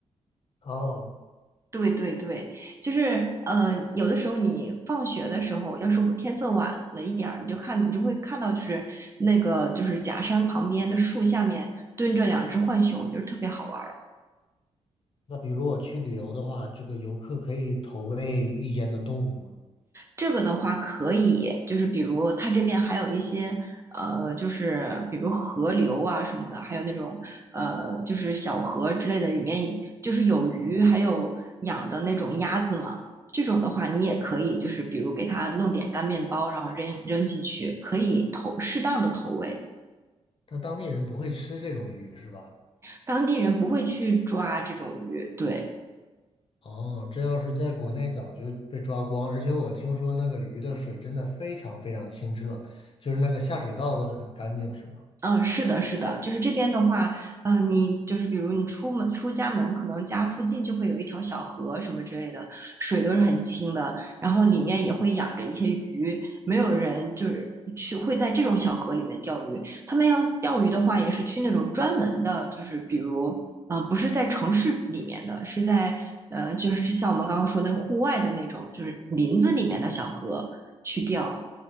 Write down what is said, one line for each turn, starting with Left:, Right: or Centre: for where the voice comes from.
Left: 哦，
Right: 对对对，就是呃，有的时候你放学的时候，要是我天色晚了一点儿，你就看你就会看到，就是那个就是假山旁边的树下面蹲着两只浣熊，就是特别好玩儿。
Left: 那比如我去旅游的话，这个游客可以投喂遇见的动物吗？
Right: 这个的话可以，就是比如它这边还有一些呃，就是比如河流啊什么的，还有那种呃，就是小河之类的，里面就是有鱼，还有养的那种鸭子嘛。这种的话，你也可以，就是比如给它弄点干面包，然后扔扔进去，可以投适当的投喂。
Left: 但当地人不会吃这种鱼是吧？
Right: 当地人不会去抓这种鱼，对。
Left: 哦，这要是在国内早就被抓光，而且我听说那个鱼的水真的非常非常清澈，就是那个下水道都很干净，是吧？
Right: 嗯，是的，是的，就是这边的话，嗯，你就是比如你出门出家门，可能家附近就会有一条小河什么之类的，水都是很清的，然后里面也会养着一些鱼，没有人就是去会在这种小河里面钓鱼。他们要钓鱼的话，也是去那种专门的，就是比如，呃，不是在城市里面的，是在呃，就是像我们刚刚说的户外的那种，就是林子里面的小河去钓。